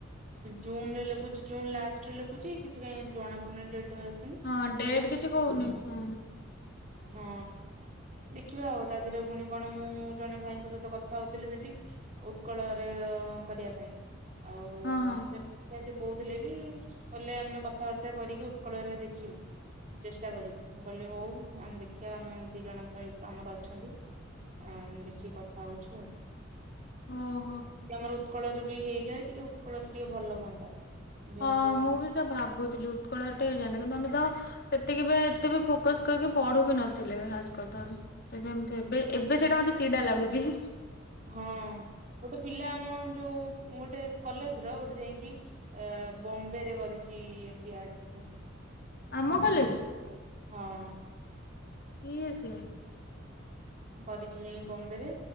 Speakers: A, on the right (about 40°); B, on the left (about 55°).
A: ଜୁନ ରେ ଲେଖୁଛି ଜୁନ ଲାଷ୍ଟରେ ଲେଖୁଛି କିଛି କାଇ ଜଣା ପଡୁନି ଡେଟ। ଆସୁନି।
B: ହଁ
A: ଗୁଗଲ
B: ଡେଟ କିଛି କହୁନି। ହୁଁ।
A: ହଁ ଦେଖିବା ଆଉ ତା ଦିହରେ ପୁଣି କଣ ମୁଁ ଜଣେ ଭାଇଙ୍କ ସହିତ କଥା ହଉଥିଲି ସେଠି ଉତ୍କଳରେ କରିବା ପାଇଁ। ଆଉ।
B: ହଁ ହଁ
A: କହୁଥିଲେ ବି କହିଲେ ଆମେ କଥାବାର୍ତ୍ତା କରିକି ଉତ୍କଳରେ ଦେଖିବୁ ଚେଷ୍ଟା କରିବୁ ମୁଁ କହିଲି ହଉ। ଆମେ ଦେଖିବା ଆମ ଦି ଜଣ ପାଇଁ ଆମର ଅଛନ୍ତି ଆ ଦେଖିକି କଥା ହଉଛୁ ଆଉ।
B: ଓ ହୋ।
A: ଆମର ଉତ୍କଳରେ ବି ହେଇଯାଏ ଟିକେ ଉତ୍କଳରେ ଟିକେ ଭଲ ହୁଅନ୍ତା। ଯେହେତୁ
B: ହଁ ମୁଁ ବି ତ ଭାବୁଥିଲି ଉତ୍କଳରେ ହେଇଯାଆନ୍ତା କିନ୍ତୁ ଆମେ ତ ସେତିକି ବି ଏତେ ବି ଫୋକସ କରିକି ପଢୁ ବି ନଥିଲେ ଖାସ କରି। ତ ସେବେ ଏମତି ଏବେ ଏବେ
A: ହଁ
B: ସେଇଟା ମତେ ଚିଡା ଲାଗୁଛି।
A: ହଁ ଗୋଟେ ପିଲା ଆମ ଯୋଉ ଗୋଟେ କଲେଜ ର ଗୋଟେ ଯାଇକି ବମ୍ବେରେ କରିଛି ଏ ମ୍ୱି ଏ ଆଡମିଶନ୍।
B: ଆମ କଲେଜ?
A: ହଁ।
B: କିଏ ସେ?
A: କରିଛି ଯାଇ ବମ୍ବେ ରେ।